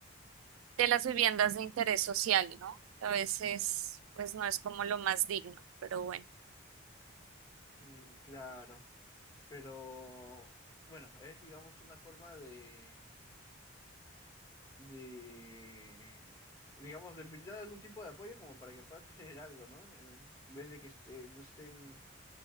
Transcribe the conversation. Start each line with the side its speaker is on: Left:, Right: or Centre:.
Right: de las viviendas de interés social, ¿no? A veces, pues, no es como lo más digno, pero bueno.
Left: Mm, claro, pero bueno, es digamos una forma de, de, digamos, de brindar algún tipo de apoyo como para que puedan <laughs> tener algo, ¿no? Eh, En vez de que esté, no estén,